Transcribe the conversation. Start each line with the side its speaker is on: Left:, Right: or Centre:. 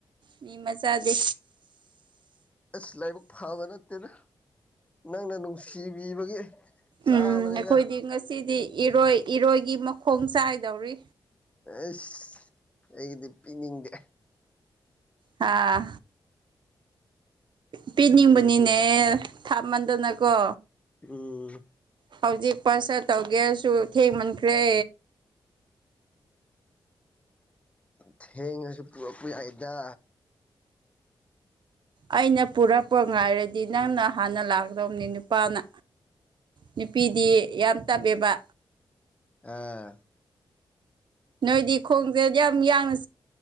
Right: ꯃꯤ ꯃꯆꯥꯗꯤ
Left: ꯑꯁ ꯂꯥꯏꯕꯛ ꯐꯕ ꯅꯠꯇꯦꯗ ꯅꯪꯅ ꯅꯨꯡꯁꯤꯕꯤꯕꯒꯤ ꯆꯥꯕꯅꯤꯅ
Right: ꯎꯝ ꯑꯩꯈꯣꯏꯗꯤ ꯉꯁꯤꯗꯤ ꯏꯔꯣꯏ ꯏꯔꯣꯏꯒꯤ ꯃꯈꯣꯡ ꯆꯥꯏꯗꯧꯔꯤ
Left: ꯑꯁ ꯑꯩꯒꯤꯗꯤ ꯄꯤꯅꯤꯡꯗꯦ
Right: ꯍꯥꯥ ꯄꯤꯅꯤꯡꯕꯅꯤꯅꯦ
Left: ꯑꯩꯒꯤꯗꯤ
Right: ꯊꯥꯃꯟꯗꯅꯀꯣ
Left: ꯎꯝ
Right: ꯍꯧꯖꯤꯛ ꯄꯣꯠꯁ ꯇꯧꯒꯦꯔꯁꯨ ꯊꯦꯡꯃꯟꯈ꯭ꯔꯦ
Left: ꯊꯦꯡꯉꯁꯨ ꯄꯨꯛꯄ ꯌꯥꯏꯗ
Right: ꯑꯩꯅ ꯄꯨꯔꯛꯄ ꯉꯥꯏꯔꯗꯤ ꯅꯪꯅ ꯍꯥꯟꯅ ꯂꯥꯛꯀꯗꯧꯅꯤ ꯅꯨꯄꯥꯅ ꯅꯨꯄꯤꯗꯤ ꯌꯥꯝ ꯇꯞꯑꯦꯕ
Left: ꯑꯥ
Right: ꯅꯣꯏꯗꯤ ꯈꯣꯡꯁꯦ ꯌꯥꯝ ꯌꯥꯡꯅ꯭ꯔ